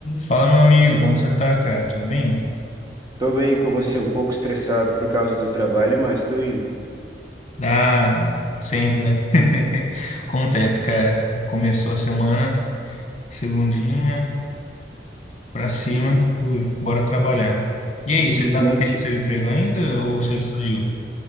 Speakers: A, on the left (about 40°); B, on the right (about 20°).
A: Fala, meu amigo, como você tá, cara? Tudo bem?
B: Tô bem com você, um pouco estressado por causa do trabalho, mas tô indo.
A: Ah, sempre, né? <laughs> Acontece, cara. Começou a semana, segundinha, pra cima,
B: Infel-
A: fui, bora trabalhar. E aí,
B: Infelizmente,
A: você tá naquele seu emprego ainda ou você saiu?